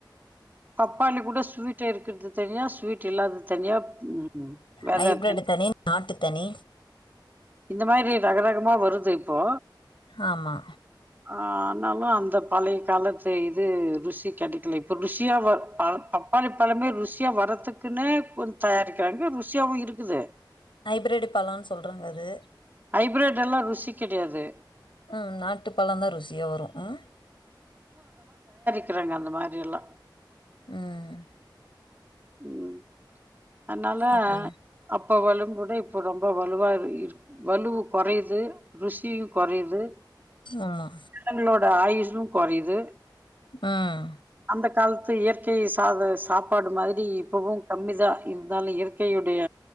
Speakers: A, on the right; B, on the left.
A: பப்பாளி கூட ஸ்வீட் டே இருக்குறது தனியா ஸ்வீட் இல்லாதது தனியா ம் ம் வாட்
B: ஹைப்ரிட்
A: ஆப்பன்
B: தனி நாட்டு தனி
A: இந்த மாரி ரகரகமா வரும் து இப்போ
B: ஆமா
A: ஆ ஆனாலு அந்த பழைய காலத்து இது ருசி கிடைக்குல இப்ப ருசியா வ ப பப்பாளி பழமே ருசியா வர்றதுக்குன்னே கொஞ் தயாரிக்கிறாங்க ருசியாவும் இருக்குது
B: ஹைப்ரிட்டு பழன்னு சொல்றங்க அது
A: ஹைபிரட் எல்லா ருசி கிடையாது
B: ம் நாட்டு பழம் தான் ருசியா வரும் ம்
A: க்கிரங்க அந்த மாரி எல்லா
B: ம்
A: ம் அதனால
B: அப்படியா
A: அப் இப்போ வலும் கூட இப்போ ரொம்ப வலுவா இரு இருக் வலுவ் குறையுது ருசியும் கொறையுது
B: ஆமா
A: <unintelligible> ஆயுஷ ரு கொறையுது
B: ம்
A: அந்த காலத்து இயற் கை சாத சாப்பாடு மாதிரி இப்பவும் கம்மிதா இருந்தாலும் இயற்கையுடைய